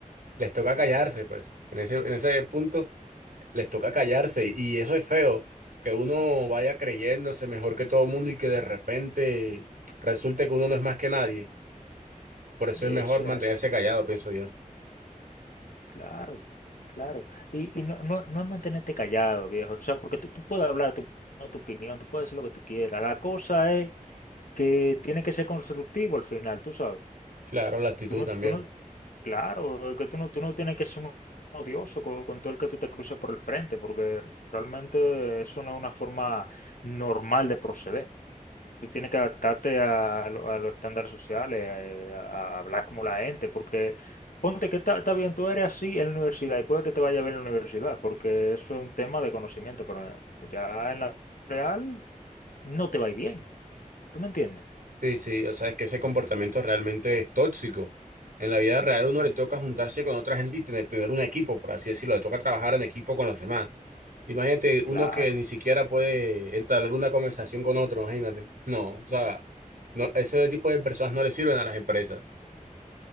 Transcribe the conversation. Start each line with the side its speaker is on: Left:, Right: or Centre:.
Right: les toca callarse, pues. En ese, en ese punto les toca callarse y eso es feo, que uno vaya creyéndose mejor que todo el mundo y que de repente resulte que uno no es más que nadie. Por eso
Left: Eso
Right: es mejor mantenerse
Left: es así.
Right: callado, pienso yo.
Left: Claro, claro. Y, y no, no, no es mantenerte callado, viejo. O sea, porque tú, tú puedes hablar tu, tu opinión, tú puedes decir lo que tú quieras. La cosa es que tiene que ser constructivo al final, tú sabes.
Right: Claro, la actitud
Left: Tú no,
Right: también.
Left: tú no, claro, es que tú no, tú no tienes que ser un odioso con, con todo el que tú te cruces por el frente, porque realmente eso no es una forma normal de proceder. Tú tienes que adaptarte a, lo- a los estándares sociales, eh, a, a hablar como la gente, porque ponte que está, está bien, tú eres así en la universidad y puede que te vaya bien en la universidad, porque eso es un tema de conocimiento, pero ya en la real no te va a ir bien. ¿Tú me entiendes?
Right: Sí, sí, o sea, es que ese comportamiento realmente es tóxico. En la vida real uno
Left: Mm,
Right: le toca juntarse con otra gente y tener, tener un equipo, por así decirlo, le toca trabajar en equipo con los demás. Imagínate
Left: claro,
Right: uno que ni siquiera puede entablar una conversación con otro, imagínate. No, o sea, no, ese tipo de personas no le sirven a las empresas.